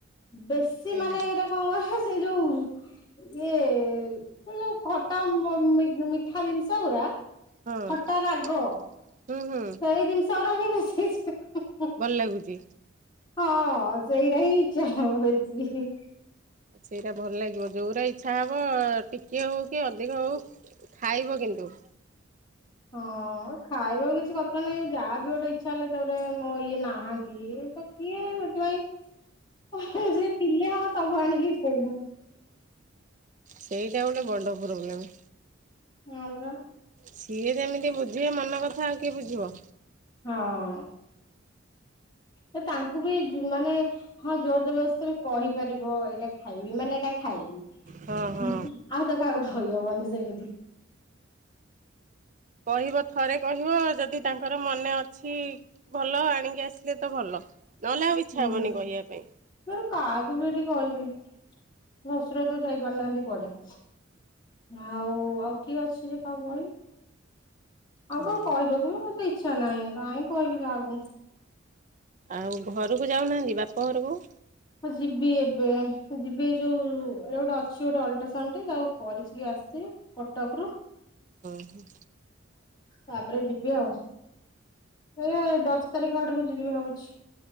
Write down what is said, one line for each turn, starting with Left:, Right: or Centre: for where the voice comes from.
Left: ବେଶୀ ମାନେ
Right: ଏମିତି
Left: ଏଇଟା କଣ କହ ସେଇ ଯୋଉ ଇଏ ସେ ଯୋଉ ଖଟା ମିଠା ଜିନିଷ ଗୁରା
Right: ହଁ-ହୁଁ-ହୁଁ।
Left: ଖଟା ରାଗ ସେଇ ଦିନସ ଗୁରା ହିଁ ବେଶି <unintelligible>
Right: ଭଲ୍ ଲାଗୁଚି।
Left: ହଁ ସେଇଟା ହିଁ ଇଚ୍ଛା ହବ ବେଶି ହିଁ।
Right: ସେଇଟା ଭଲ୍ ଲାଗିବ ଯୋଉରା ଇଚ୍ଛା ହବ ଟିକେ ହଉ କି ଅଧିକ ହଉ ଖାଇବ କିନ୍ତୁ।
Left: ହଁ ଖାଇବାକୁ କିଛି କଥା ନାହିଁ ଯାହାବି ଗୋଟେ ଇଚ୍ଛା ହେଲେ ତାପରେ ମୋ ଇଏ ନାହାନ୍ତି ତ କିଏ ସେଥିପାଇଁ ଉହୁଁ ସିଏ ଥିଲେ ହଁ ସବୁ ଆଣିକିି <unintelligible>
Right: ସେଇଟା ଗୋଟେ ବଡ଼ ପ୍ରୋବ୍ଲେମ୍।
Left: ହଁ ପରା।
Right: ସିଏ ଯେମିତି ବୁଝିବେ ମନ କଥା ଆଉ କିଏ ବୁଝିବ?
Left: ହଁ। ଏ ତାଙ୍କୁ ବି ଯୁ ମାନେ ହଁ ଜୋର୍ ଜବରଦସ୍ତ ତମେ କହିପାରିବ ଏଇଟା ଖାଇବି ମାନେ ଏଇଟା ଖାଇବି।
Right: ହଁ ହଁ।
Left: ହୁଁ ଆଉ ତ କାହାକୁ କହି ହବନି ସେମିତି।
Right: କହିବ ଥରେ କହିବ ଯଦି ତାଙ୍କର ମନେ ଅଛି ଭଲ ଆଣିକି ଆସିଲେ ତ ଭଲ ନହେଲେ ଆଉ ଇଚ୍ଛା
Left: ହୁଁ
Right: ହବନି କହିବା ପାଇଁ।
Left: <unintelligible> କାହାକୁ ବି ଏଠି କହିବି ଶଶୁର ତ ଯାଇପାରୁନାହାନ୍ତି କୁଆଡେ। ଆଉ-ଆଉ କିଏ ଅଛି ଯେ କାହାକୁ କହିବି।
Right: ହୁଁ।
Left: ଆଉ କନ କହିବାକୁ ବି ମତେ ଇଚ୍ଛା ନାହିଁ କାହିଁ କହିବି କାହାକୁ।
Right: ଆଉ ଘରକୁ ଯାଉନାହାଁନ୍ତି ବାପ ଘରକୁ?
Left: ହଁ ଯିବି ଏବେ ଯିବି ଯୋଉ ଏରା ଗୋଟେ ଅଛି ଗୋଟେ ଅଲଟ୍ରାସାଉଣ୍ଡ ଟେ ତାକୁ କରିଛି ଆସିଛି କଟକ ରୁ
Right: ହୁଁ ହୁଁ।
Left: ତାପରେ ଯିବି ଆଉ ଏଇ ଦଶ ତାରିଖ ଆଡକୁ ଯିବି ଭାବଛି।